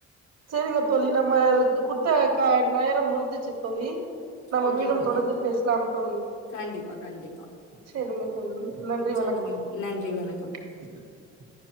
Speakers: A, on the right; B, on the left.
A: சரிங்க தோழி நம்மளுக்கு குடுத்த கா நேரம் முடிஞ்சிச்சு தோழி நம்ம
B: ஓகே
A: மீண்டும்
B: ஓகே
A: தொடர்ந்து பேசலாம் தோழி
B: கண்டிப்பா கண்டிப்பா
A: சரிங்க தோழி நன்றி
B: சரிங்க
A: வணக்கம்
B: நன்றி வணக்கம்
A: <inaudible>